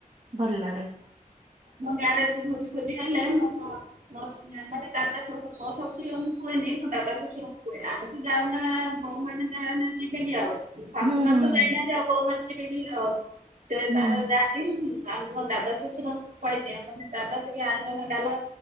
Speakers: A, on the right; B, on the right.
A: ଭଲ୍ ଲାଗେ,
B: ମୋ ଗାଁରେ ଯଦି ଭୋଜି ଫୋଜି ହେଲେ ମୋର ମସ୍ତ, ମାନେ ଦାଦା ଶଶୁର ଶ୍ୱଶୁରାମଙ୍କୁ କୁହନ୍ତି ମୋ ଦାଦାତ ଶ୍ୱଶୁରଙ୍କୁ କୁହେ ଆମେ ତୁ ଯାଉ ନା, କଁ ମାନେ ଯାଉ ନାହାନ୍ତି ଯିବେ ଆଉ, ଶାଶୁ
A: ହୁଁ
B: ନନ୍
A: ହୁଁ
B: ତ
A: ହୁଁ।
B: ଯାଇନାହାନ୍ତି ଆଉ ବୋଉ ମାନ ଯିବି ଆଉ ସେ
A: ହୁଁ
B: ତାର ଯାଇ, ଆଉ ମୋ ଦାଦା ଶଶୁର କହିଦିଏ ଦାଦା ଟିକେ ଆଣିବନା ଡ଼ାଲମା